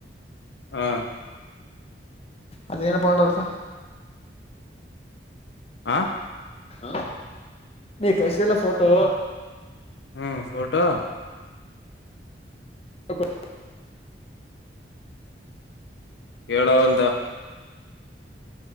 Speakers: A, on the left (about 75°); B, on the left (about 35°).
A: ಹಾ
B: ಅದ ನ ಪೊಂಡತ್ತ
A: ಆ
B: ಹ ನೀ ಕಸಲ್ಲ ಫೋಟೋ
A: ಹ್ಮ್ ಫೋಟೋ
B: ಹ್ಮ್.
A: ಹೇಳ ಒಲ್ದ